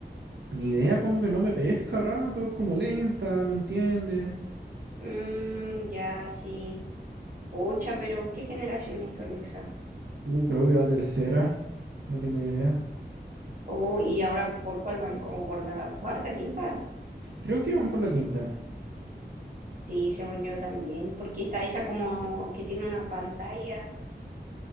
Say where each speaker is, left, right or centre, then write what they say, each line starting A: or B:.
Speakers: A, on the right; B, on the right.
A: Ni idea, como que no me pesca a rato, es como lenta, no entiende.
B: Mm, ya, sí. Pucha, pero ¿qué generación es tu Alexa?
A: Uh, creo que la tercera, no tengo idea.
B: Oh, ¿y ahora por cuál van? ¿Como por la cuarta, quinta?
A: Creo que van por la quinta.
B: Sí, según yo también, porque está esa como que tiene una pantalla.